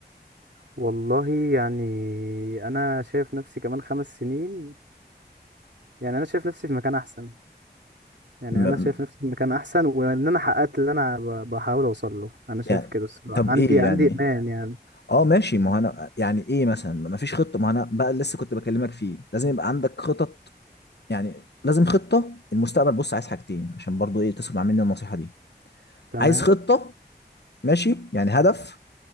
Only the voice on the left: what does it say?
م-
م-
يعني
طب
ايه
يعني
اه ماشي ما هو انا يعني ايه مثلا ما فيش خطه ما هو انا بقى لسه كنت بكلمك فيه لازم يبقى عندك خطط يعني لازم خطة المستقبل بص عايز حاجتين عشان برضو ايه تسمع مني النصيحة دي
عايز خطة ماشي يعني هدف